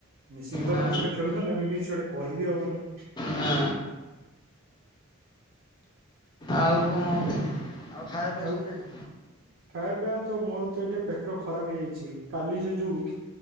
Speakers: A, on the right; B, on the left.
A: ମିଶିକି ତ
B: ନା
A: ତାଙ୍କ ସହିତ ଖେଳୁନା ତାଙ୍କୁ କିଛି ଗୋଟେ କହିବିହବନି।
B: ନା ଆଉ କଣ? ଖାଇବା ପିଇବା
A: ଆଉ
B: ସରିଲାଣି?
A: ଖାଇବା ପିଆ ତ ମୋର ତ ଏଟେ ପେଟ ଖରାପ ହେଇଯାଇଛି କାଲି ସେ ଯୋଉ